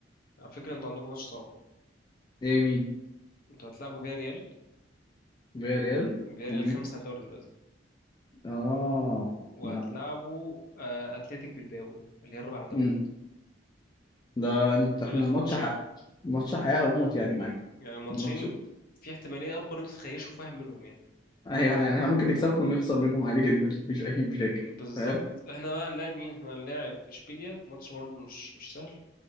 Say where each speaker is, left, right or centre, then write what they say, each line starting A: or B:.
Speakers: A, on the left; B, on the left.
A: على فكرة انتوا عندكم ماتش صعب
B: ايه مين
A: انتوا هتلعبوا فيا ريال
B: فيا ريال
A: فيا
B: ومين
A: ريال خامس على الدوري دلوقتي
B: اه
A: وهتلعبوا
B: لا
A: آه، اتلتيك بالباو اللي هي الرابعه على الدوري
B: امم
A: برضه
B: ده انت احنا
A: دول اخر
B: الماتش
A: ماتشين
B: حق الماتش حياة وموت يعني معاكم
A: يعني ماتشين
B: الماتش
A: في احتماليه اكبر ان انتوا تخيشوا فاهم منهم يعني
B: ايوه احنا احنا ممكن نكسبكم ونخسر منهم عادي جدا مفيش اي مشاكل
A: بالظبط
B: فاهم
A: احنا بقى هنلاعب مين احنا هنلاعب اشبيليا ماتش برضه مش مش سهل